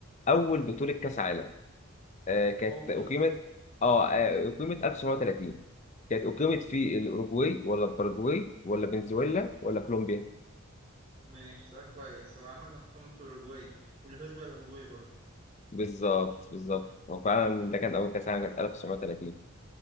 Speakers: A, on the left; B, on the right.
A: اول بطوله كاس عالم آه، كانت
B: او
A: أقيمت
B: بت...
A: اه آه، أقيمت 1930 كانت أقيمت في الأوروغواي ولا الباراجواي ولا فنزويلا ولا كولومبيا
B: ماشي سؤال كويس هو عامة قامت في الأوروجواي واللي فاز بيها الأوروجواي برضه
A: بالظبط بالظبط هو فعلا ده كان أول كأس عالم كانت 1930